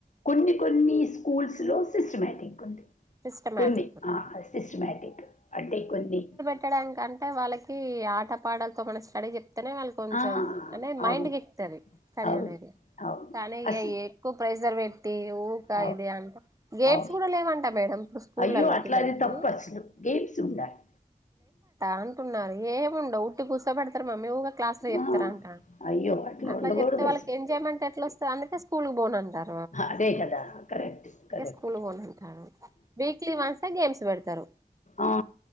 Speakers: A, on the left (about 50°); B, on the right (about 20°).
A: కొన్ని కొన్ని స్కూల్స్ లో సిస్టమేటిక్గా ఉంది.
B: సిస్టమాటిక్
A: కొన్ని ఆ సిస్టమటిక్ అంటే కొన్ని.
B: పెట్టడానికంటే వాళ్ళకి ఆట పాటలతో మన స్టడీ చెప్తేనే. కొంచెం
A: ఆ,
B: అనే మైండ్కి
A: అవును
B: ఎక్తది స్టడీ
A: అవును
B: అనేది.
A: అవును
B: కానీ
A: అసలు
B: ఇ ఎక్కువ ప్రెజర్ పెట్టి ఊకా
A: అవును
B: ఇదే అంట గేమ్స్
A: అవును
B: కూడా లేవంటే. మేడం స్కూలల్లా
A: అయ్యో అట్లా
B: పిల్లలకి.
A: అది తప్పు అసలు గేమ్స్ ఉండాలి
B: అంటున్నారు ఏముండవు ఉట్టి కుసో పెడతరు మమ్మీ ఉంటే క్లాస్. చెల్తారంటండు
A: ఆ, అయ్యో అట్లా
B: అట్ల
A: ఉండకూడదు
B: చెప్తే వాళ్కి
A: అసలు
B: ఎంజాయ్మెంట్ ఎట్ల వస్తది అందుకే స్కూల్ కి బోను అంటారు.
A: అదే కదా కరెక్ట్ కరెక్ట్‌.
B: స్కూల్ కి పోనంటారు వీక్లీ వన్స్ ఏ గేమ్స్ పెడతారు.
A: ఆ